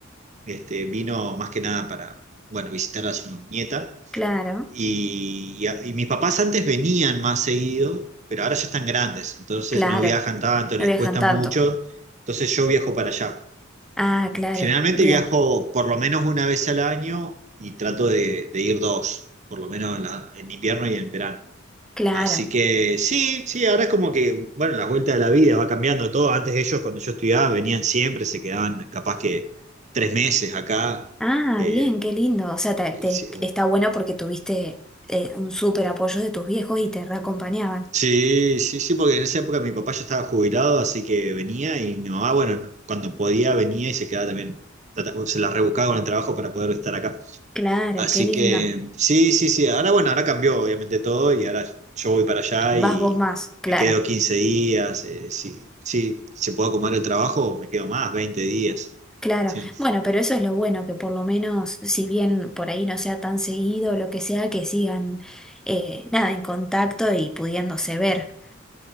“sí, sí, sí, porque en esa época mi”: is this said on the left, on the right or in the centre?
Right